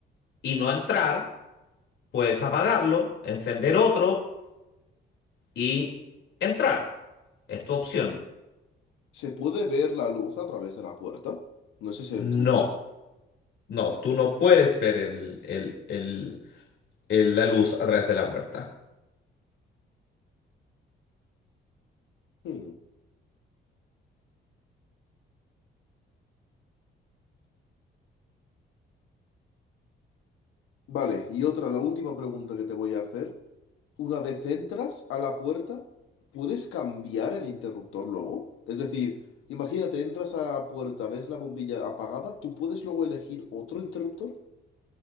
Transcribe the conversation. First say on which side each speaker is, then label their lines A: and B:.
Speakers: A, on the left; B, on the left.
A: y no entrar, puedes apagarlo, encender otro y entrar. Es tu opción.
B: ¿Se puede ver la luz a través de la puerta? ¿No es ese
A: No,
B: el truco?
A: no, tú no puedes ver el, el- el- el- la luz a través de la puerta.
B: Hmm. Vale, y otra, la última pregunta que te voy a hacer. Una vez entras a la puerta, ¿puedes cambiar el interruptor luego? Es decir, imagínate, entras a la puerta, ves la bombilla apagada, ¿tú puedes luego elegir otro interruptor?